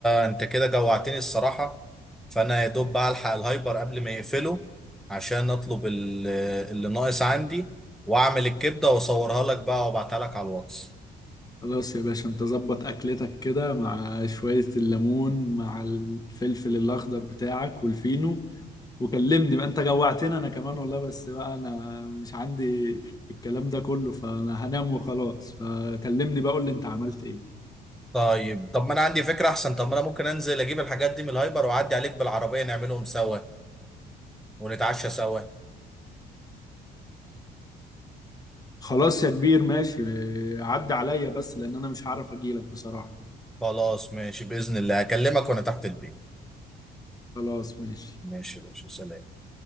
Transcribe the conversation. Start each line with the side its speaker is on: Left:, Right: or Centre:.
Centre: انت كده جوعتني الصراحة فانا يا دوب بقى الحق الهايبر قبل ما يقفله عشان اطلب ال- اللي ناقص عندي واعمل الكبدة واصورها لك بقى وابعتها لك على الواتس
Left: خلاص يا باشا أنت ظبط أكلتك كده مع شوية الليمون مع الفلفل الأخضر بتاعك والفينو وكلمني بقى أنت جوعتني أنا كمان والله بس بقى أنا مش عندي الكلام ده كله فأنا هنام وخلاص فكلمني بقى قول لي أنت عملت إيه
Centre: طيب طب ما انا عندي فكرة احسن طب ما انا ممكن انزل اجيب الحاجات دي من الهايبر واعدي عليك بالعربية نعملهم سوا ونتعشى سوا
Left: خلاص يا كبير ماشي عدى عليا بس لأن أنا مش هعرف أجيلك بصراحة
Centre: خلاص ماشي بإذن الله اكلمك وانا تحت البيت
Left: خلاص ماشي
Centre: ماشي يا باشا سلام